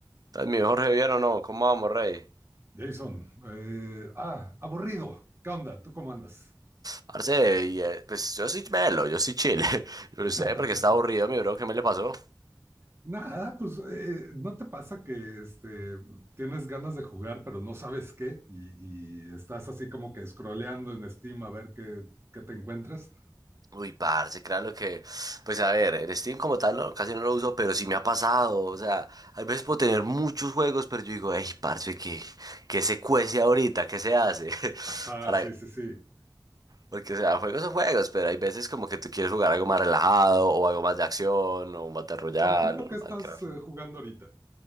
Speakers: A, on the right (about 45°); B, on the right (about 30°).
A: ¿Estás mi Jorge bien o no? ¿Cómo vamos, rey?
B: Jason, eh, ah, aburrido. ¿Qué onda? ¿Tú cómo andas?
A: Parce, y, eh, pues yo soy melo, yo soy chile. <laughs> Pero
B: <laughs>
A: usted, porque está aburrido, mi bro, ¿qué me le pasó?
B: Nada, pues eh, ¿no te pasa que este, tienes ganas de jugar, pero no sabes qué? Y, y estás así como que scrolleando en Steam a ver qué, qué te encuentras.
A: Uy, parce, claro que, pues a ver, el Steam como tal no, casi no lo uso, pero sí me ha pasado, o sea, a veces puedo tener muchos juegos, pero yo digo, ey parce, ¿qué, qué se cuece ahorita? ¿Qué se hace?
B: Ajá,
A: <laughs> Para,
B: sí, sí, sí.
A: porque, o sea, juegos son juegos, pero hay veces como que tú quieres jugar algo más relajado, o algo más de acción, o un Battle Royale,
B: Por ejemplo,
A: o
B: ¿qué
A: un
B: estás
A: Minecraft.
B: eh, jugando ahorita?